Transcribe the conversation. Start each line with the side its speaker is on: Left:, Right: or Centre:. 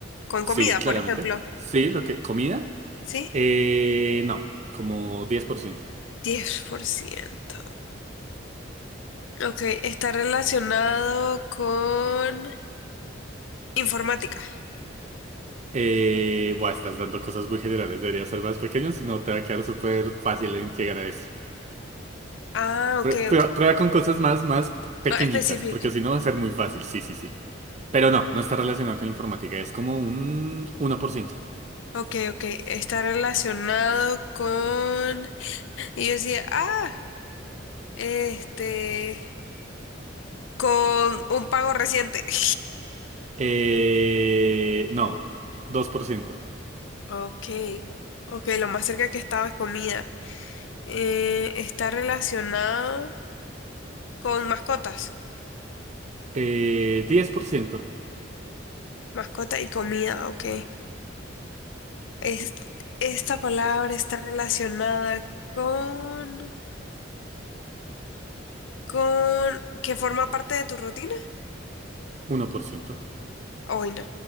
Left: Con
Right: Sí,
Left: comida,
Right: claramente.
Left: por ejemplo.
Right: Sí, lo que, comida.
Left: ¿Sí?
Right: Eh, no, como 10%.
Left: 10%. Ok, está relacionado con informática.
Right: Eh, buah, estás dando cosas muy generales, debería ser más pequeño, si no te va a quedar súper fácil en llegar a eso.
Left: Ah,
Right: Prue-
Left: ok,
Right: Prueba,
Left: ok.
Right: prueba con cosas más, más pequeñitas,
Left: Más específico.
Right: porque si no va a ser muy fácil, sí, sí, sí. Pero no, no está relacionado con informática, es como un 1%.
Left: Ok, ok. Está relacionado con... Y yo decía, ah, este, con un pago reciente. <laughs>
Right: Eh, no, dos por ciento,
Left: Ok, ok, lo más cerca que estaba es comida. Eh, está relacionado con mascotas.
Right: Eh, diez por ciento.
Left: Mascota y comida, ok. Es- esta palabra está relacionada con... con que forma parte de tu rutina.
Right: uno por ciento.
Left: Hoy no.